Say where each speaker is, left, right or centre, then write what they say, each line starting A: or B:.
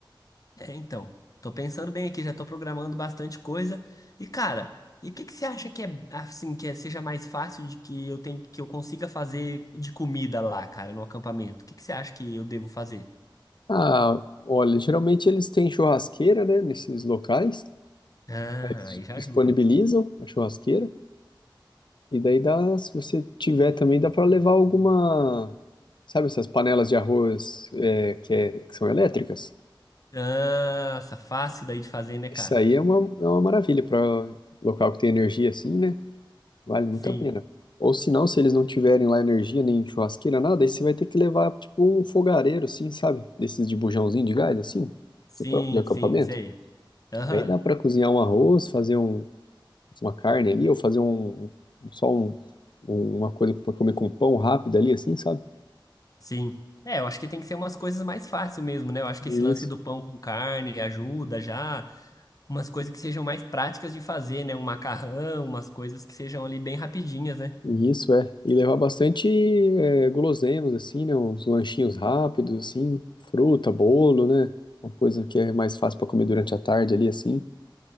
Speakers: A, on the left; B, on the left.
A: É, então, tô pensando bem aqui, já tô programando bastante coisa. E cara, e o que que você acha que é assim, que é- seja mais fácil de que eu tenho, que eu consiga fazer de comida lá, cara, no acampamento? O que que você acha que eu devo fazer?
B: Ah, olha, geralmente eles têm churrasqueira, né? Nesses locais.
A: Ah,
B: Eles
A: aí já
B: disponibilizam
A: ajuda, né?
B: a churrasqueira. E daí dá, se você tiver também, dá para levar alguma. Sabe essas panelas de arroz é, que, é- que são elétricas?
A: Nossa, fácil daí de fazer, né,
B: Isso
A: cara?
B: aí é uma, é uma maravilha para local que tem energia assim, né? Vale muito
A: Sim,
B: a pena. Ou se não, se eles não tiverem lá energia, nem churrasqueira, nada, aí você vai ter que levar, tipo, um fogareiro, assim, sabe? Desses de bujãozinho de gás, assim,
A: sim,
B: que é próprio de acampamento.
A: sim, sei. Aham,
B: Aí dá para cozinhar um arroz, fazer um, uma carne ali, ou fazer um, um, só um, um, uma coisa para comer com um pão rápido ali, assim, sabe?
A: sim. É, eu acho que tem que ser umas coisas mais fáceis mesmo, né? Eu acho que
B: Isso.
A: esse lance do pão com carne ajuda já. umas coisas que sejam mais práticas de fazer, né? Um macarrão, umas coisas que sejam ali bem rapidinhas, né?
B: Isso, é. E levar bastante é, guloseimas, assim, né? Uns lanchinhos rápidos, assim, fruta, bolo, né? Uma coisa que é mais fácil para comer durante a tarde ali, assim.